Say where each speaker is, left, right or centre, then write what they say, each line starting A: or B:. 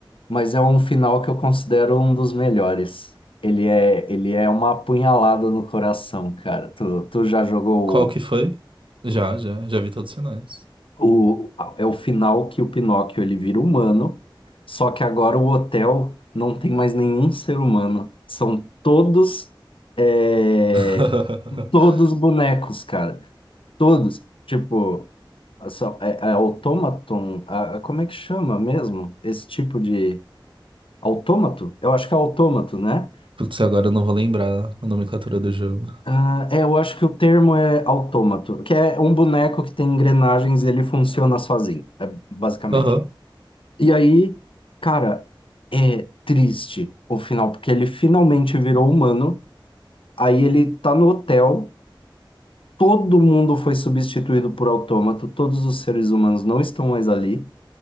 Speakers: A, on the left (about 80°); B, on the right (about 70°).
A: mas é um final que eu considero um dos melhores. Ele é, ele é uma apunhalada no coração, cara. Tu, tu já jogou
B: Qual que foi? Já, já, já vi todos os sinais.
A: o, o- é o final que o Pinóquio ele vira humano, só que agora o hotel não tem mais nenhum ser humano. São todos eh,
B: <laughs>
A: todos bonecos, cara. Todos. Tipo só- é, é automaton, a- a- como é que chama mesmo? Esse tipo de autômato? Eu acho que é autômato, né?
B: Putz, agora eu não vou lembrar a nomenclatura do jogo.
A: Ah, é, eu acho que o termo é autômato, que é um boneco que tem engrenagens e ele funciona sozinho, é, basicamente.
B: Aham.
A: E aí, cara, é triste o final, porque ele finalmente virou humano, aí ele tá no hotel, todo mundo foi substituído por autômato, todos os seres humanos não estão mais ali.